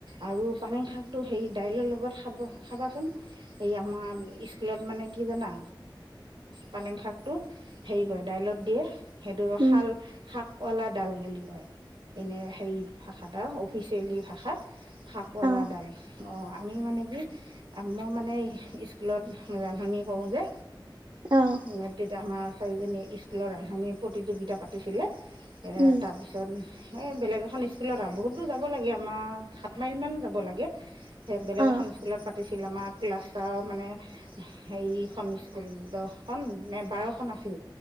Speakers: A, on the right; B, on the right.
A: আৰু পালেং শাকটো হেৰি দাইলৰ লগত খাব খাবাচোন, এই আমাৰ স্কুলত মানে কি জানা পালেং শাকটো হেৰি কৰে দাইলত দিয়ে। সেইটো
B: উম,
A: হাল শাক কলাডাল বুলি কয় এনে হেৰি ভাষাত আ অফিচিয়েলি ভাষাত শাক পালাডাল
B: অ',
A: অ' আমি মানে কি, মই মানে, স্কুলত ৰান্ধনি কৰোঁ যে।
B: অ',
A: <unintelligible> আমাৰ চাৰিজনীয়ে স্কুলৰ ৰান্ধনিৰ প্ৰতিযোগিতা পাতিছিলে। আৰু
B: উম,
A: তাৰপিছত এই বেলেগ এখন স্কুলত আৰু, বহুত দূৰ যাব লাগে আমাৰ, সাত মাইল মান যাব লাগে। সেই বেলগ
B: অ',
A: এখন স্কুলত পাত <unintelligible> আমাৰ ক্লাছটা মানে, হেইখন স্কুল দহখন নে বাৰখন আছিল।